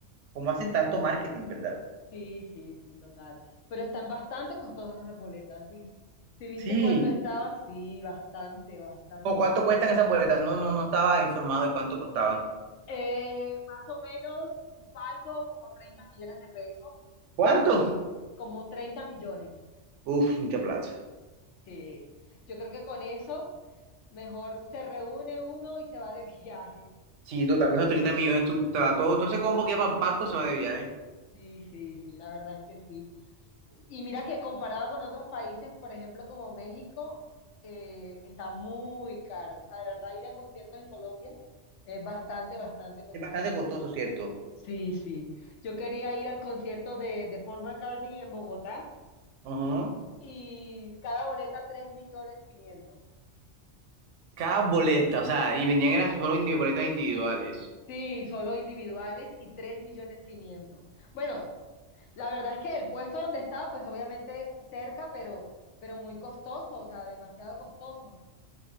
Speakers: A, on the right; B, on the left.
A: cómo hacen tanto marketing, ¿verdad?
B: sí, sí, sí, total. Pero están bastante costosas las boletas, ¿sí? ¿Sí viste
A: Sí.
B: cuánto estaba? Sí, bastante, bastante.
A: ¿O cuánto cuestan esas boletas? No, no, no estaba informado de cuánto costaban.
B: Eh, más o menos un palco como 30 millones de pesos,
A: ¿Cuánto?
B: pues, como 30 millones.
A: Uf, mucha plata.
B: Sí, yo creo que con eso mejor se reúne uno y se va de <laughs> viaje.
A: Sí, total, que esos treinta millones, tú, te va todo, todo ese combo que va para el palco se va de viaje.
B: Sí, sí, sí, la verdad es que sí. Y mira que comparado con otros países, por ejemplo, como México, eh, está muy caro. O sea, de verdad ir a conciertos en Colombia es bastante, bastante costoso.
A: Es bastante costoso, ¿cierto?
B: Sí, sí. Yo quería ir al concierto de, de Paul McCartney en Bogotá
A: Ajá.
B: y cada boleta tres millones quinientos
A: Cada boleta, o sea, y vendían eran solo indi- boletas individuales.
B: Sí, solo individuales y tres millones quinientos Bueno, la verdad es que el puesto donde estaba, pues obviamente cerca, pero, pero muy costoso, o sea, demasiado costoso.